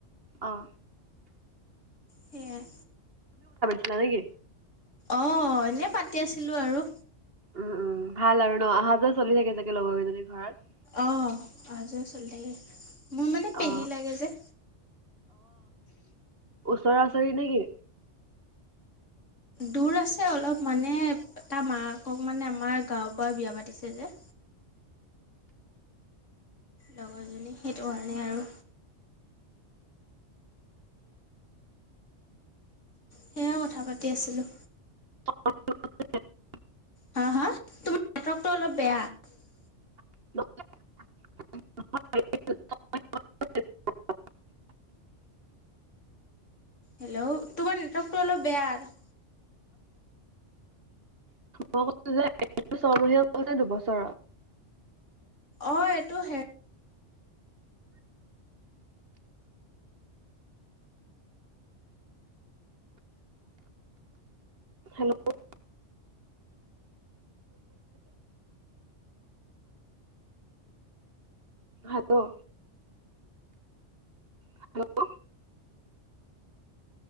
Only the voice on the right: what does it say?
অঁ
হয় নেকি?
উম উম ভাল আৰু ন অহা যোৱা চলি থাকে চাগে লগৰ কেইজনীৰ ঘৰত?
অ
ওচৰা-ওচৰি নেকি?
<inaudible>
<inaudible>
<unintelligible> <unintelligible>
মই কৈছো যে ছয় মহীয়া হৈছে নে দুবছৰৰ
হেল্লো' হেল্লো' হেল্লো'